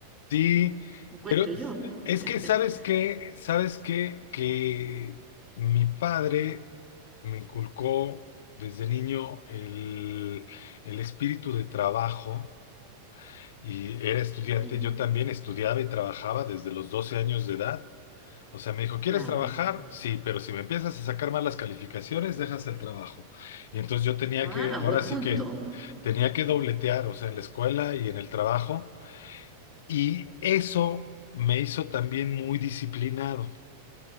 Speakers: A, on the left (about 55°); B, on the right (about 20°).
A: Sí,
B: encuentro
A: pero
B: yo.
A: es
B: <laughs>
A: que sabes qué, sabes qué, que mi padre me inculcó desde niño el, el espíritu de trabajo y era estudiante.
B: Qué bueno,
A: Yo también estudiaba y trabajaba desde los 12 años de edad. O sea, me dijo, ¿quieres
B: ya.
A: trabajar? Sí, pero si me empiezas a sacar malas calificaciones, dejas el trabajo. Y entonces yo tenía
B: Ah,
A: que, ahora
B: buen
A: sí
B: punto,
A: que, tenía que dobletear, o sea, en la escuela y en el trabajo. Y eso me hizo también muy disciplinado.